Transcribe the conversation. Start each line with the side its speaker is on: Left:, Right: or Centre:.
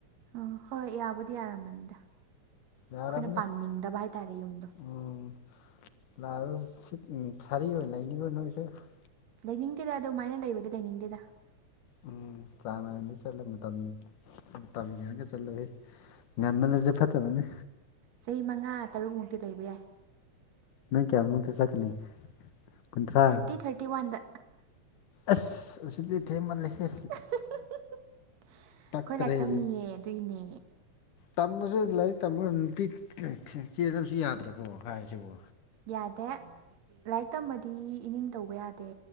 Right: ꯑꯥ ꯍꯣꯏ ꯌꯥꯕꯨꯗꯤ ꯌꯥꯔꯝꯃꯅꯤꯗ ꯑꯩꯈꯣꯏꯅ
Left: ꯌꯥꯔꯕꯅꯦ
Right: ꯄꯥꯅꯤꯡꯗꯕ ꯍꯥꯏꯇꯥꯔꯦ ꯌꯨꯝꯗꯣ
Left: <inaudible>
Right: ꯂꯩꯅꯤꯡꯇꯦꯗ ꯑꯗꯨꯃꯥꯏꯅ ꯂꯩꯕꯗꯤ ꯂꯩꯅꯤꯡꯗꯦꯗ
Left: ꯎꯝ ꯆꯥꯡ ꯅꯥꯏꯅꯗꯤ ꯆꯠꯂꯦ ꯃꯇꯝꯅꯤ ꯃꯇꯝ ꯋꯦꯡꯉꯒ ꯆꯠꯂꯨꯍꯦ ꯉꯥꯟꯃꯜꯂꯁꯨ ꯐꯠꯇꯕꯅꯦ
Right: ꯆꯍꯤ ꯃꯉꯥ ꯇꯔꯨꯛꯃꯨꯛꯇꯤ ꯂꯩꯕ ꯌꯥꯏ
Left: ꯅꯪ ꯀꯌꯥꯃꯨꯛꯇ ꯆꯠꯀꯅꯤ ꯀꯨꯟꯊ꯭ꯔꯥ
Right: ꯊꯥꯔꯇꯤ ꯊꯥꯔꯇꯤ ꯋꯥꯟꯗ
Left: ꯑꯁ ꯑꯁꯤꯗꯤ ꯊꯦꯡ ꯃꯥꯜ ꯂꯩꯍꯦ
Right: <unintelligible> ꯑꯩꯈꯣꯏ
Left: ꯄꯛꯇ꯭ꯔꯦꯍꯦ
Right: ꯂꯥꯏꯔꯤ ꯇꯝꯃꯤꯌꯦ ꯑꯗꯨꯏꯅꯦ
Left: ꯇꯝꯕꯁꯦ ꯂꯥꯏꯔꯤꯛ ꯇꯝꯕ ꯅꯨꯄꯤ ꯆꯦꯟꯕꯁꯨ ꯌꯥꯗ꯭ꯔꯕꯣ ꯍꯥꯏꯁꯤꯕꯣ
Right: ꯌꯥꯗꯦ ꯂꯥꯏꯔꯤꯛ ꯇꯃꯗꯤ ꯏꯅꯤꯡ ꯇꯧꯕ ꯌꯥꯗꯦ